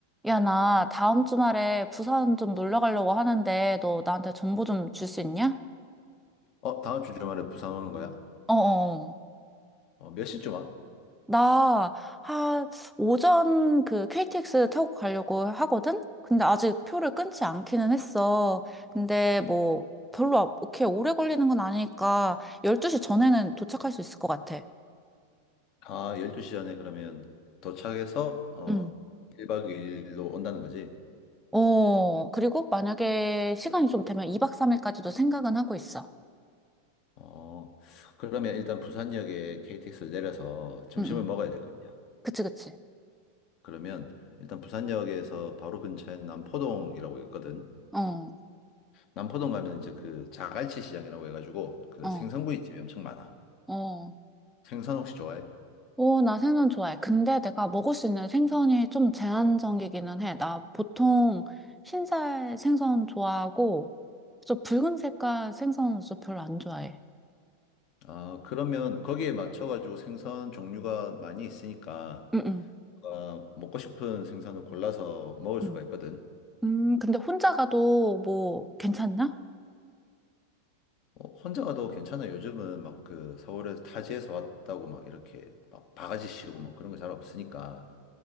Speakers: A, in the centre; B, on the left (about 40°).
A: 야, 나 다음 주말에 부산 좀 놀러 가려고 하는데 너 나한테 정보 좀 줄 수 있냐?
B: 어, 다음 주 주말에 부산 오는 거야?
A: 어어.
B: 어, 몇 시쯤 와?
A: 나 한 오전 그 KTX 타고 가려고 하거든? 근데 아직 표를 끊지 않기는 했어. 근데 뭐 별로 아- 그렇게 오래 걸리는 건 아니니까 12시 전에는 도착할 수 있을 것 같아.
B: 아, 12시 전에 그러면 도착해서, 어,
A: 응.
B: 1박 2일로 온다는 거지?
A: 어, 그리고 만약에 시간이 좀 되면 2박 3일까지도 생각은 하고 있어.
B: 어, 그러면 일단 부산역에 KTX를 내려서 점심을
A: 응, 응.
B: 먹어야 될 거 아니야.
A: 그치, 그치.
B: 그러면 일단 부산역에서 바로 근처에 남포동이라고 있거든.
A: 어,
B: 남포동 가면 이제 그 자갈치 시장이라고 해가지고 그
A: 어,
B: 생선구이집이 엄청 많아.
A: 어.
B: 생선 혹시 좋아해?
A: 오, 나 생선 좋아해. 근데 내가 먹을 수 있는 생선이 좀 제한적이기는 해. 나 보통 흰살 생선 좋아하고, 저 붉은 색깔 생선은 좀 별로 안 좋아해.
B: 아, 그러면 거기에 맞춰가지고 생선 종류가 많이 있으니까
A: 응응.
B: 뭔가 먹고 싶은 생선을 골라서 먹을 수가
A: 음.
B: 있거든.
A: 음, 근데 혼자 가도 뭐 괜찮나?
B: 어, 혼자 가도 괜찮아. 요즘은 막 그 서울에서 타지에서 왔다고 막 이렇게 막 바가지 씌우고 막 그런 거 잘 없으니까.